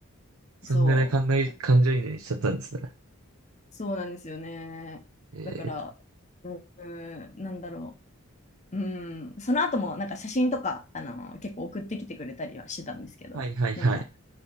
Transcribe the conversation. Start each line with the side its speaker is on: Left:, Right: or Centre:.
Right: そんぐらい感の感情移入しちゃったんですね。
Left: そう、そうなんですよね。
Right: えー、
Left: だから、うーん、なんだろう。うん、その後もなんか写真とか、あの、結構送ってきてくれたりはしてたんですけど、
Right: はいはいはい。
Left: なんか、